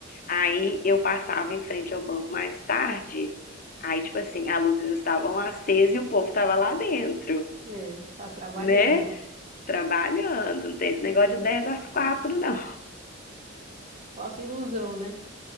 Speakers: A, on the left; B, on the right.
A: Aí eu passava em frente ao banco mais tarde. Aí, tipo assim, as luzes estavam acesas e o povo estava lá dentro,
B: É, tá trabalhando.
A: né? Trabalhando. Não tem esse negócio de 10 às 4 não.
B: Falsa ilusão, né?